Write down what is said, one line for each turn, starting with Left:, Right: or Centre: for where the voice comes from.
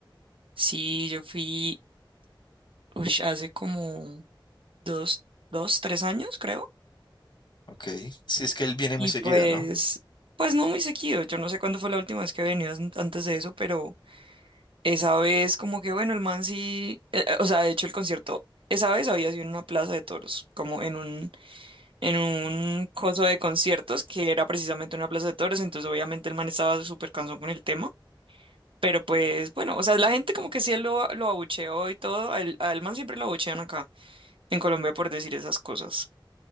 Right: Sí, yo fui, ush, hace como. dos, dos, tres años, creo.
Left: Ok. Sí, es que él viene
Right: Y
Left: muy seguido,
Right: pues,
Left: ¿no?
Right: pues no muy seguido. Yo no sé cuándo fue la última vez que he venido an- antes de eso, pero esa vez como que, bueno, el man sí, eh, eh, o sea, de hecho el concierto, esa vez había sido en una plaza de toros, como en un, en un coso de conciertos que era precisamente una plaza de toros, entonces obviamente el man estaba súper cansón con el tema. Pero pues bueno, o sea, la gente como que sí lo, lo abucheó y todo. Al, al man siempre lo abuchean acá en Colombia por decir esas cosas.